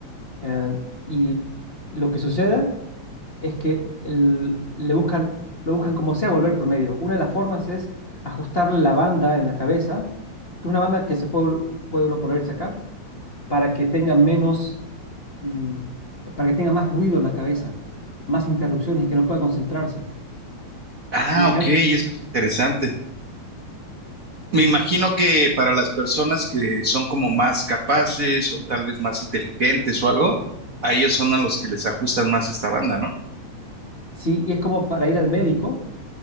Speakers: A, on the left (about 35°); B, on the right (about 70°).
A: eh, y lo que sucede es que el- le buscan, lo buscan como sea volver promedio. Una de las formas es ajustarle la banda en la cabeza, que es una banda que se puede, puede uno poner y sacar, para que tenga menos, mm, para que tenga más ruido en la cabeza, más interrupciones y que no pueda concentrarse.
B: Ah,
A: Y
B: ok,
A: ya,
B: y eso es interesante. Me
A: y
B: imagino que para las personas que son como más capaces o tal vez más inteligentes o algo, a ellos son a los que les ajustan más esta banda, ¿no?
A: sí, y es como para ir al médico,